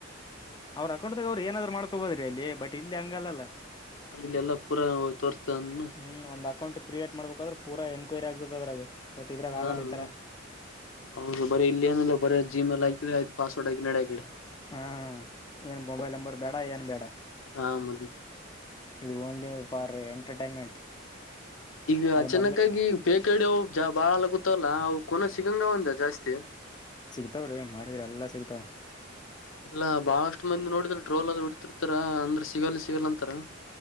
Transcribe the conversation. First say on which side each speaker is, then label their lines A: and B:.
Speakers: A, on the left (about 20°); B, on the left (about 85°).
A: ಅವ್ರ ಅಕೌಂಟದ ಅವ್ರು ಏನಾದ್ ಮಾಡ್ಕೋಬೋದೀರಿ ಅಲ್ಲಿ ಬಟ್ ಇಲ್ಲಿ ಹಂಗಲ್ಲ
B: ಇಲ್ಲಲ್ಲಾ ಪೂರಾ ತೋರ್ಸ್ತ ಅಂದ್ನ
A: ಹ್ಮ್ ಒಂದು ಅಕೌಂಟ್ ಕ್ರಿಯೇಟ್ ಮಾಡಬೇಕಾದ್ರೆ ಪೂರ ಎನ್ಕ್ವೈರಿ ಆಗ್ತದ ಅದ್ರಾಗ ಬಟ್ ಇದ್ರಾಗ
B: ಹಾ
A: ಆಗಲ್ಲ
B: ಹಾ
A: ಈ ತರ
B: ಹೌದು ಬರಿ ಇಲ್ಲಿೇನಲ್ಲ ಬರಿ ಜಿಮೇಲ್ ಹಾಕಿದ್ರೆ ಪಾಸ್ವರ್ಡ್ ಹಾಕಿದ್ರೆ ನಡೆಯಾಕಡೆ
A: ಹಾ ಏನ್ ಮೊಬೈಲ್ ನಂಬರ್ ಬೇಡ ಏನ್ ಬೇಡ
B: ಹ ಮದ
A: ಇದು ಓನ್ಲಿ ಫಾರ್ ಎಂಟರ್ಟೈನ್ಮೆಂಟ್.
B: ಈಗ ಅ
A: ಅದ್
B: ಚಿನ್ನಕ್ಕಾಗಿ
A: ಮೊದ್ಲೆ
B: ಫೇಕ್ ಐಡಿ ಅವು ಭಾಳಾಗ್ಲಕುಂತಾವಲಾ ಅವು ಕೂನ ಸಿಗಂಗ ಅವ ಅಂದ ಜಾಸ್ತಿ.
A: ಸಿಗ್ತಾವ್ರೀ ಮಾಡಿದ್ರಿ ಎಲ್ಲಾ ಸಿಗ್ತಾವ.
B: ಇಲ್ಲಾ ಬಾಳಷ್ಟು ಮಂದಿ ನೋಡಿದ್ರ ಟ್ರೋಲ್ ಅದು ಬಿಡ್ತಿರ್ತಾರ ಅಂದ್ರ ಸಿಗಲ್ಲ ಸಿಗಲ್ಲ ಅಂತಾರ.